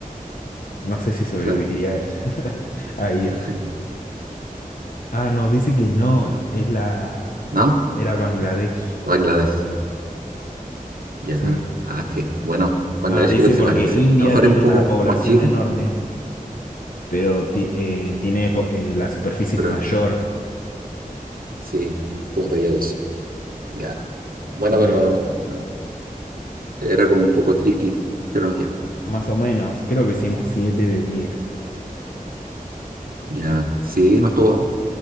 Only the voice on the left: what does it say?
no sé si sobreviviría
<laughs> a
ir. Ah, no, dice que no, es la...
Era Bangladesh.
Sí.
Ah, dice
porque
India
tiene
una población
enorme pero ti- eh, tiene po- eh, la superficie
es mayor.
Bueno,
más o menos, creo que hicimos siete de diez